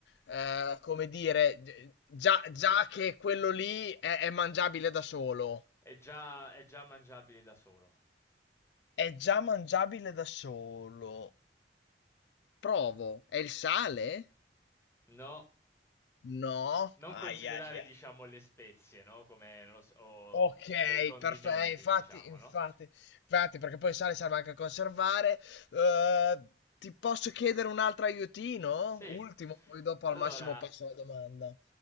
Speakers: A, on the left; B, on the left.
A: eh, come dire, gi- già, già che quello lì è, è mangiabile da solo?
B: È già, è già mangiabile da solo.
A: È già mangiabile da solo. Provo. È il sale?
B: No,
A: No.
B: non
A: Ai,
B: considerare,
A: ai,
B: diciamo,
A: ai.
B: le spezie, no? Come, non lo so, o
A: Ok,
B: mh, dei condimenti,
A: perfetto, infatti,
B: diciamo,
A: infatti,
B: no?
A: infatti, perché poi sai, serve anche a conservare.
B: Mm.
A: Eh, ti posso chiedere un altro aiutino?
B: Sì,
A: Ultimo, poi dopo
B: allora,
A: al massimo passo la domanda.